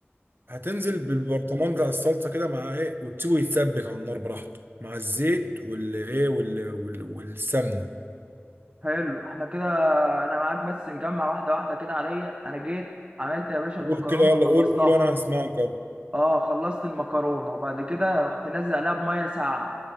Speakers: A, on the right; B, on the right.
A: هتنزل بالبرطمان بتاع الصلصه كده مع ايه وتسيبه يتسبك على النار براحته مع الزيت والايه وال... وال... والسمنه
B: حلو احنا كده انا معاك بس نجمع واحده واحده كده عليا انا جيت عملت يا باشا
A: قول
B: المكرونه
A: كده يلا
B: خلصتها
A: قول قول وانا هسمعك اهو
B: اه خلصت المكرونه وبعد كده رحت نازل عليها بميه ساقعه